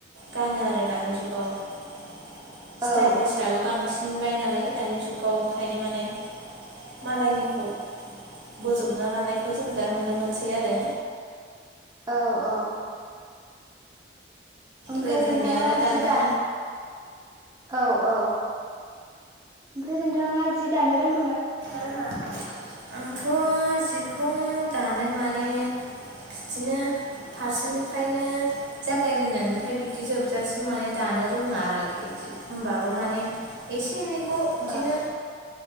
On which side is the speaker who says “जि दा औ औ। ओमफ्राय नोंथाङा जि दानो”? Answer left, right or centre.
Right